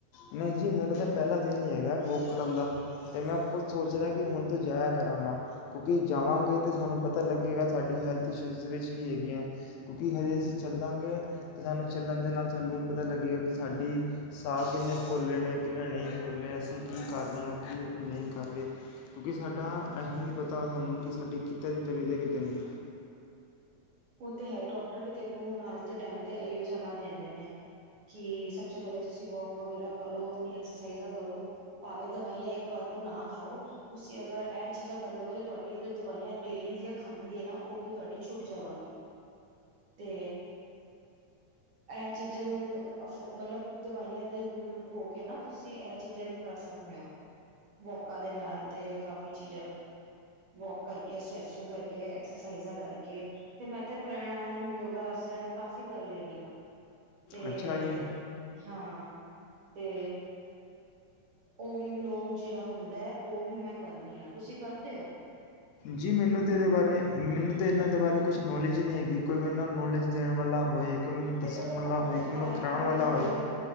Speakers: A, on the left; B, on the right.
A: ਨਹੀਂ ਜੀ ਮੇਰਾ ਤੇ ਪਹਿਲਾ ਦਿਨ ਹੀ ਹੈਗੇ ਵੋਕ ਕਰਨ ਦਾ, ਤੇ ਮੈਂ ਖੁਦ ਸੋਚ ਰਿਹਾ ਕਿ ਹੁਨ ਤੋਂ ਜਾਇਆ ਕਰਾਂਗਾ ਕਿਉਂਕਿ ਜਾਵਾਂਗੇ ਤੇ ਸਾਨੂੰ ਪਤਾ ਲੱਗੇਗਾ ਸਾਡੀ ਹੈਲਥ ਇਸ਼ੂਜ਼ ਵਿੱਚ ਕੀ ਹੈਗੀ ਏ, ਕਿਉਂਕਿ ਹਜੇ ਅਸੀਂ ਚੱਲਾਂਗੇ ਤਾਂ ਸਾਨੂੰ ਚੱਲਣ ਦੇ ਨਾਲ ਸਾਨੂੰ ਪਤਾ ਲੱਗੇਗਾ ਕਿ ਸਾਡੀ ਸਾਹ ਕਿੰਨੇ ਫੁੱਲੇ ਨੇ ਕਿਨੇ ਨਹੀਂ ਫੁੱਲੇਹੇ ਅਸੀਂ ਕੀ ਕਰ ਰਹੇ ਹਾਂ ਕੀ ਅਸੀਂ ਨਹੀਂ ਕਰ ਰਹੇ ਕਿਉਂਕਿ ਸਾਡਾ ਏਹੀ ਨਹੀਂ ਪਤਾ ਸਾਨੂੰ ਕਿ ਸਾਡੀ ਕਿੱਤਾ ਦੀ ਤ <unintelligible> ਕਿਤੇ ਨਹੀਂ
B: ਉਹ ਤੇ ਹੈ ਡਾਕਟਰ ਵੀ ਦੇਖੋ ਹੁਨ ਅੱਜ ਦੇ ਟੇਮ ਦੇ ਇਓ ਸਲਾਹ ਦਿੰਦੇ ਨੇ ਕਿ ਸਭ ਸੇ ਪਹਿਲੇ ਤੁਸੀਂ ਵੋਕ ਵਗੈਰਾ ਕਰੋ ਅਪਨੀ ਐਕਸਰਸਾਈਜ਼ਆ ਕਰੋ ਭਾਵੇ ਦਵਾਈਆਂ ਇੱਕ ਵਾਰ ਕੋ ਨਾ ਖਾਓ ਤੁਸੀਂ ਅਗਰ ਇਹ ਚੀਜ਼ਾਂ ਕਰ ਲੋਗੇ ਤੁਹਾਡੀ ਜੋ ਦਵਾਈਆਂ ਹੇ ਡੇਲੀ ਦੀ ਖਾਣ ਦੀ ਏ ਨਾ ਉਹ ਵੀ ਤੁਹਾਡੀ ਛੁੱਟ ਜਾਵਾਂ ਤੇ ਇਹ ਚੀਜ਼ਾਂ ਨੂੰ ਅ ਮਤਲਬ ਦਵਾਈਆਂ ਦੇ ਦੂਰ ਹੋ ਕੇ ਨਾ ਤੁਸੀਂ ਇਹ ਚੀਜ਼ਾਂ ਵੀ ਕਰ ਸਕਦੇ ਹੋ ਵੋਕਾਂ ਦੇ ਨਾਲ ਤੇ ਕਾਫੀ ਚੀਜ਼ਾਂ ਵੋਕ ਕਰਕੇ ਸ੍ਰੈਚਿੰਗ ਕਰਕੇ ਐਕਸਰਸਾਈਜ਼ਾਂ ਕਰਕੇ ਤੇ ਮੈਂ ਤੇ ਪ੍ਰਣਾਇਮ ਯੋਗਾਸਨ ਕਾਫੀ ਕਰ ਲੈਂਨੀ ਆ ਤੇ,
A: ਅੱਛਾ ਜੀ
B: ਹਾਂ। ਤੇ ਓਮ ਵਿਲੋਮ ਜਿਹੜਾ ਹੁੰਦਾ ਹੈ ਉਹ ਵੀ ਮੈਂ ਕਰਨੀ ਆ ਤੁਸੀਂ ਕਰ ਦਿਓ?
A: ਜੀ ਮੈਨੂੰ ਤਾਂ ਇਹਦੇ ਬਾਰੇ ਮੈਨੂੰ ਤਾਂ ਇਹਨਾਂ ਦੇ ਬਾਰੇ ਕੁਛ ਨੌਲੇਜ ਹੀ ਨਹੀਂ ਹੈਗੀ। ਕੋਈ ਮੈਨੂੰ ਨੌਲੇਜ ਦੇਣ ਵਾਲਾ ਹੋਏ ਕੋਈ ਮੈਨੂੰ ਦੱਸਣ
B: ਦੇਖੋ
A: ਵਾਲਾ
B: ਅਗਰ
A: ਹੋਏ
B: ਤੁਸੀਂ
A: ਕੋਈ ਮੈਨੂੰ
B: ਪਾਰਕ
A: ਕਰਾਉਣ
B: ਮੇ ਭੀ
A: ਵਾਲਾ
B: ਜਾਓਗੇ
A: ਹੋਏ
B: ਨਾ